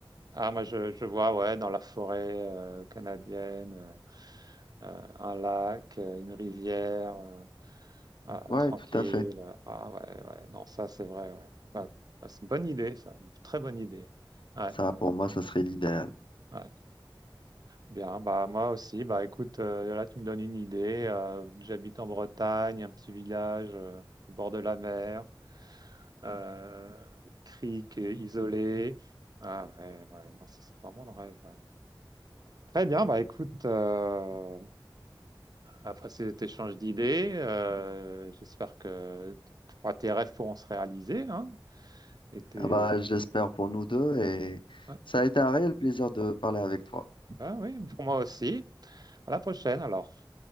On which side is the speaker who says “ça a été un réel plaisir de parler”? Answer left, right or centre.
Left